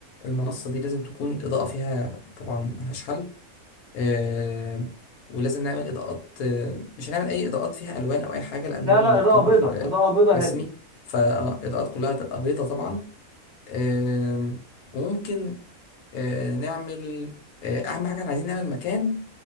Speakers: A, on the left (about 80°); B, on the right (about 45°).
A: المنصة دي لازم تكون الإضاءة فيها طبعا ملهاش حل آه، ولازم نعمل إضاءات آه، مش هنعمل أي إضاءات فيها ألوان أو أي حاجة لأن
B: لا
A: هو
B: لا
A: مؤتمر
B: اضاءة بيضاء
A: آه،
B: اضاءة بيضاء
A: رسمي
B: هادية
A: فالإضاءات كلها هتبقى بيضة طبعا آم، وممكن آه، نعمل آه، اهم حاجه احنا عايزين نعمل مكان